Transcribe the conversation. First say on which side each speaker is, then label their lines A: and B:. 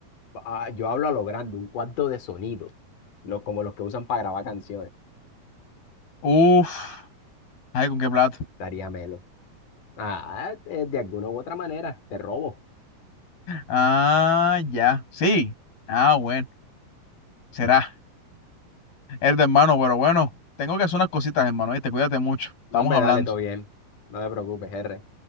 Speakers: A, on the left; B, on the left.
A: ah, yo hablo a lo grande, un cuarto de sonido, los, como los que usan para grabar canciones.
B: Uf. Ay, ¿con qué plata?
A: Estaría melo. Ah, eh, de alguna u otra manera, te robo.
B: Ah, ya. Sí. Ah, bueno. Será. Es de hermano, pero bueno. Tengo que hacer unas cositas, hermano. Te cuídate mucho. Estamos
A: No, hombre,
B: hablando.
A: dale, todo bien. No te preocupes, R.